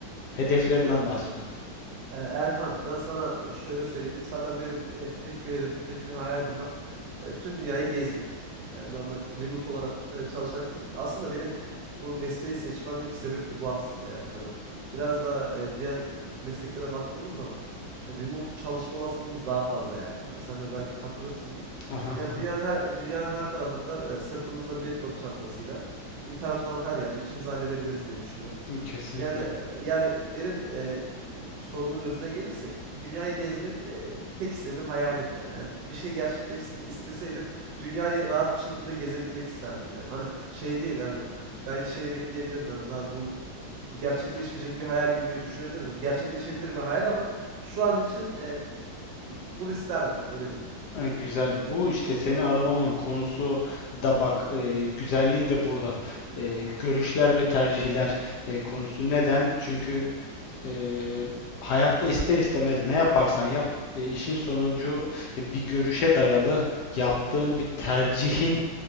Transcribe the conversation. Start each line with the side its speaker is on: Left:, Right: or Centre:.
Left: Hedeflerinden
Right: Ulan
Left: bahsediyorum.
Right: e, e, Erkan ben sana şöyle söyleyeyim. Zaten benim e, tek bir hedefim, tek bir hayalim var. E, tüm dünyayı gezmek. E, normal remote olarak e, çalışarak gezmek. Aslında benim bu mesleği seçmemdeki sebep de bu aslında yani. Hani biraz daha e, diğer mesleklere baktığımız zaman remote çalışma olasılığımız daha fazla yani. Hani sen de belki katılırsın buna.
Left: Aha, aha.
Right: Yani dünyanın her dünyanın her tarafında e, sırtımızda bir laptop çantasıyla internet olan her yerde işimizi halledebiliriz diye düşünüyorum.
Left: Kesinlikle.
Right: Yani e, yani benim e, sorunun özüne gelirsek dünyayı gezmek e, tek istediğim hayalim ya. Yani bir şey gerçekleşsin isteseydim dünyayı rahat bir şekilde gezebilmek isterdim yani. Hani şey değil yani belki şey bekleyebilirdim hani daha bu e, gerçekleşmeyecek bir hayal gibi düşünebilirdim. Gerçekleşebilir bir hayal ama şu an için e, bunu isterdim öyle diyeyim.
Left: E, Güzel. Bu işte seni aramamın konusu da bak e, güzelliği de burada. E, görüşler ve tercihler e, konusu. Neden? Çünkü e, hayatta ister istemez ne yaparsan yap e, işin sonucu e, bir görüşe dayalı yaptığın bir tercihin